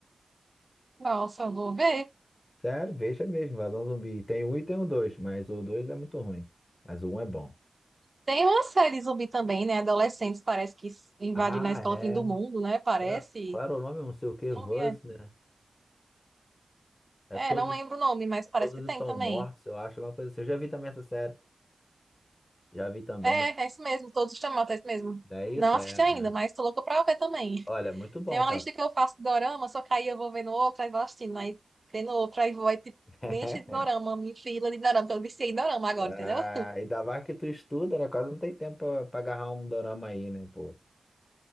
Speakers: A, on the right; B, on the left.
A: Nossa, vou ver.
B: <laughs> Sério, veja mesmo, Invasão Zumbi. Tem um e tem o dois, mas o dois é muito ruim. Mas o um é bom.
A: Tem uma série zumbi também, né? Adolescentes parece que invade
B: Ah,
A: na escola
B: é.
A: fim do mundo, né? Parece.
B: Qual, é- qual era o nome? Eu Não sei o que. Buzz,
A: Não vi. É,
B: né? É
A: É,
B: todos,
A: não lembro o nome, mas parece
B: todos
A: que tem
B: estão
A: também.
B: mortos, eu acho, alguma coisa assim. Eu já vi também essa série. Já vi também.
A: É,
B: No...
A: é isso mesmo. Todos os chamados, é isso mesmo.
B: Não é isso?
A: Não
B: É.
A: assisti
B: é.
A: ainda, mas tô louca pra ver também.
B: Olha, muito bom,
A: Tem uma
B: tá?
A: lista que eu faço de dorama, só que aí eu vou vendo outra, aí vou assistindo, aí vendo outra, aí vou, aí tipo,
B: <laughs>
A: me enche de dorama, me fila de dorama, porque eu viciei em dorama agora,
B: Ah,
A: entendeu?
B: ainda mais que tu estuda, né? Quase não tem tempo pra, pra agarrar um dorama aí, né, pô?